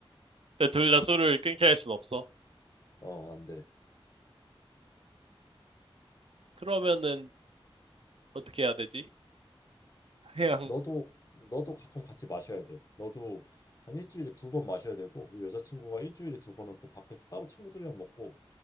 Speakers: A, on the right; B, on the left.
A: 근데 둘 다 술을 끊게 할 순 없어.
B: 어, 안 돼.
A: 그러면은 어떻게 해야 되지? 그냥
B: 너도 너도 가끔 같이 마셔야 돼. 너도 한 일주일에 두 번 마셔야 되고 그리고 여자친구가 일주일에 두 번은 또 밖에서 따로 친구들이랑 먹고